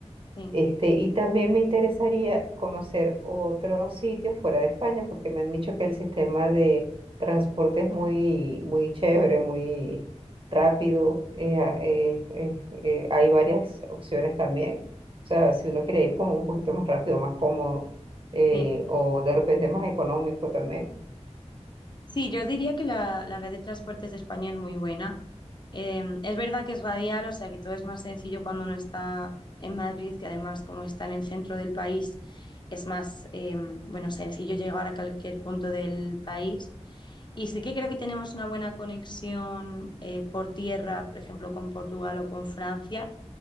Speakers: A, on the left; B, on the right.
A: Sí,
B: Este, y también me interesaría conocer otros sitios fuera de España, porque me han dicho que el sistema de transporte es muy, muy chévere, muy rápido. eh, a- eh, eh, eh, hay varias opciones también. O sea, si uno quiere ir como un poquito más rápido, más cómodo, eh,
A: sí.
B: o de repente más económico también,
A: Sí, yo diría que la, la red de transportes de España es muy buena. Eh, es verdad que es radial, o sea que todo es más sencillo cuando uno está en Madrid, que además como está en el centro del país, es más, eh, bueno, sencillo llegar a cualquier punto del país. Y sí que creo que tenemos una buena conexión eh, por tierra, por ejemplo, con Portugal o con Francia,